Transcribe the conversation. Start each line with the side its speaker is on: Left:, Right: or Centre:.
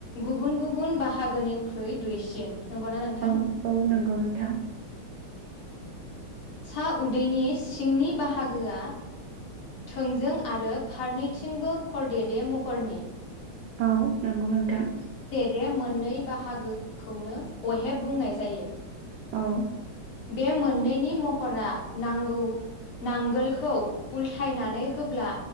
Left: गुबुन गुबुन बाहागोनिख्रुइ दुइसिन नंगौना नोंथां
Right: औ औ नंगौ नोंथां
Left: औ <unintelligible> उदैनि सिंनि बाहागोआ थोंजों आरो फारनैथिंबो खरदेदे महरनि
Right: औ नंगौ नोंथां
Left: आ मोननै बाहागोखौनो अहेब बुंनाय जायो
Right: औ
Left: बे मोननैनि महरा नांगौ नांगोलखौ उल्थायनानै होब्ला